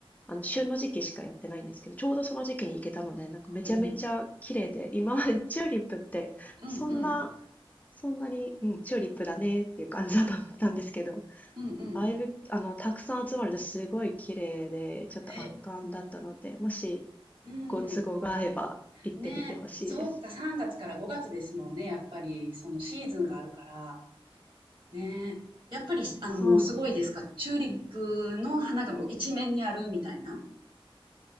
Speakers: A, on the left; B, on the right.
A: あの、旬の時期しかやってないんですけど、ちょうどその時期に行けたので、なんかめちゃめちゃ綺麗で、
B: おお。
A: 今までチューリップって、
B: うんうん。
A: そんな、そんなに、うん、チューリップだねっていう感じだと思ったんですけど、
B: うんうん。
A: だいぶ、あの、たくさん集まるとすごい綺麗で、ちょっと圧巻だったので、
B: へ
A: もし
B: うん。
A: ご都合が合えば行ってみてほしいです。
B: ね、そっか、3月から5月ですもんね、やっぱり、そのシーズンがあるから。ね。やっぱり、しあの、
A: そうなんですよ。
B: もうすごいですか？チューリップの花がもう一面にあるみたいな
A: うん。